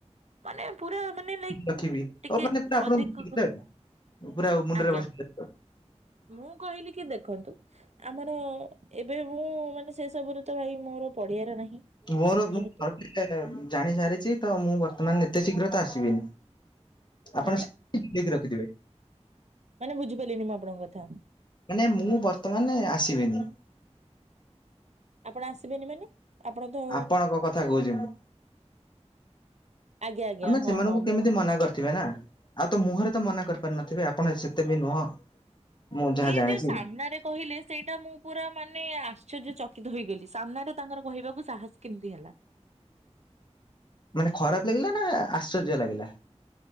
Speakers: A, on the right; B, on the left.
A: ମାନେ ପୁରା। ମାନେ ଲାଇକ୍
B: ରଖିବି
A: ଟିକେ
B: ଆଉ ମାନେ ଆପଣ
A: ଅଧିକ
B: ପୁରା ମୁଣ୍ଡରେ
A: ଆଜ୍ଞା
B: ବସିଲା।
A: ମୁଁ କହିଲି କି ଦେଖନ୍ତୁ। ଆମର ଏବେ ମୁଁ ମାନେ ସେ ସବୁରେ ତ ଭାଇ ମୋର ପଡିଆର ନାହିଁ।
B: ମୋର ମୁଁ
A: ଯେହେତୁ
B: ଘର ଟିକେ ଜାଣି ସାରିଛି ତ ମୁଁ ବର୍ତ୍ତମାନ ଏତେ ଶୀଘ୍ର ତ ଆସିବିନି। ଆପଣ
A: ମାନେ
B: ଆ ଠିକ୍ ରଖିଥିବେ।
A: ମାନେ ବୁଝିପାରିଲିନି ମୁଁ ଆପଣଙ୍କ କଥା।
B: ମାନେ ମୁଁ ବର୍ତ୍ତମାନ ଆସିବିନି।
A: ଆପଣ ଆସିବେନି ମାନେ। ଆପଣ ତ
B: ଆପଣଙ୍କ କଥା କହୁଛି ମୁଁ।
A: ଆଜ୍ଞା ଆଜ୍ଞା
B: ଆମେ ସେମାନଙ୍କୁ
A: ହଁ ହଁ
B: କେମିତି
A: ମୁଁ
B: ମନା କରିଥିବେ ନା। ଆଉ ତ ମୁହଁରେ ତ ମନା କରିପାରୁିନଥିବେ ଆପଣ ସେତେ ବି ନୁହଁ। ମୁଁ ଯାହା
A: ଯିଏ
B: ଜାଣିଛି
A: ଯୋଉ ସାମ୍ନାରେ କହିଲେ ସେଇଟା ମୁଁ ପୁରା ମାନେ ଆଶ୍ଚର୍ଯ୍ୟ ଚକିତ ହେଇଗଲି ସାମ୍ନାରେ ତାଙ୍କର କହିବାକୁ ସାହସ କେମିତି ହେଲା।
B: ମାନେ ଖରାପ ଲାଗିଲା ନା ଆଶ୍ଚର୍ଯ୍ୟ ଲାଗିଲା?